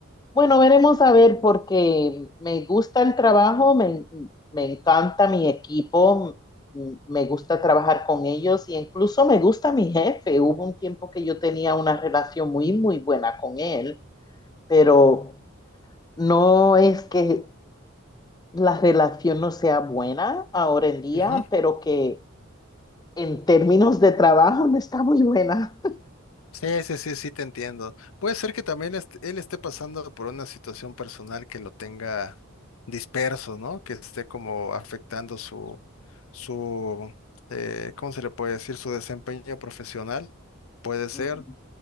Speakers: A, on the left; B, on the left.
A: Bueno, veremos a ver porque me gusta el trabajo, me, me encanta mi equipo, m- me gusta trabajar con ellos y incluso me gusta mi jefe. Hubo un tiempo que yo tenía una relación muy, muy buena con él, pero no es que la relación no sea buena ahora en día,
B: Ujú.
A: pero que en términos de trabajo no está muy buena.
B: Sí, sí, sí, sí, te entiendo. Puede ser que también est- él esté pasando por una situación personal que lo tenga disperso, ¿no? Que esté como afectando su, su, eh, ¿cómo se le puede decir? Su desempeño profesional. Puede ser.
A: Ujú.